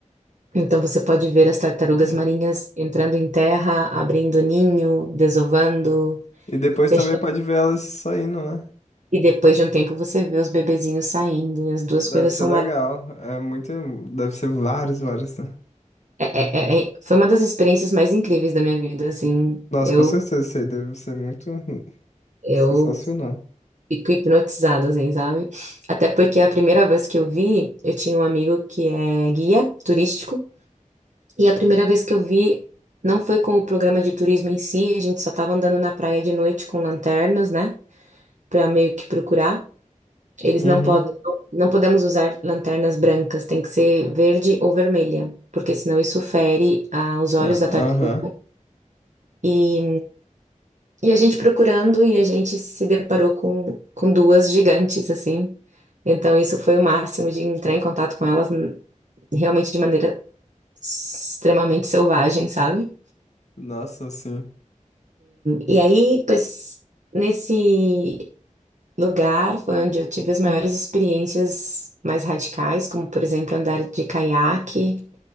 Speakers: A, on the right; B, on the left.
A: Então você pode ver as tartarugas
B: <laughs>
A: marinhas entrando em terra, abrindo ninho, desovando,
B: E depois
A: fechando.
B: também pode ver elas saindo, né?
A: E depois de um tempo você vê os bebezinhos saindo. E as duas
B: Deve
A: coisas
B: ser
A: são
B: legal. É muito. Deve ser vários, vários, né?
A: é- é- é- é, foi uma das experiências mais incríveis da minha vida, assim.
B: Nossa,
A: Eu,
B: com certeza isso aí deve ser muito <laughs>
A: eu
B: sensacional.
A: fico hipnotizada, assim, sabe? Até porque a primeira vez que eu vi, eu tinha um amigo que é guia turístico, e a primeira vez que eu vi não foi com o programa de turismo em si, a gente só tava andando na praia de noite com lanternas, né? Pra meio que procurar. Eles
B: Uhum.
A: não podem, não podemos usar lanternas brancas, tem que ser verde ou vermelha, porque senão isso fere, ah, os olhos
B: Ah,
A: da
B: Aham.
A: tartaruga. E E a gente procurando e a gente se deparou com, com duas gigantes, assim. Então, isso foi o máximo de entrar em contato com elas n- realmente de maneira extremamente selvagem, sabe?
B: Nossa, sim.
A: E aí, pois, nesse lugar foi onde eu tive as maiores experiências mais radicais, como, por exemplo, andar de caiaque